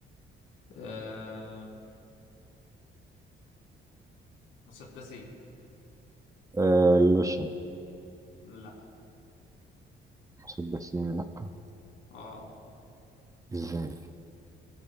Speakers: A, on the left (about 80°); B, on the right (about 15°).
A: آه... مسدسين
B: آه... اللوشن
A: لا
B: مسدسين لا
A: اه
B: ازاي